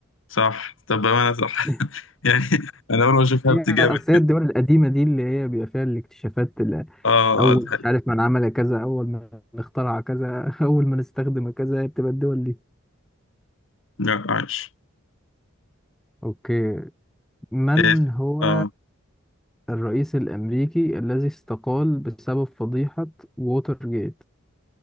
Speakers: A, on the left; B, in the centre.
A: صح طب بامانه صح
B: <laughs>
A: <laughs> يعني انا اول ما اشوف هبت
B: هي
A: جامد
B: أصل هي
A: كده
B: الدول القديمه دي اللي هي بيبقى فيها الاكتشافات ال-
A: اه
B: اول
A: اه ده حقيقي
B: مش عارف من عمل كذا اول من اخترع كذا <laughs> اول من استخدم كذا بتبقى الدول دي
A: لا عايش
B: اوكي من
A: إيه،
B: هو
A: اه
B: الرئيس الأمريكي الذي استقال بسبب فضيحة ووتر جيت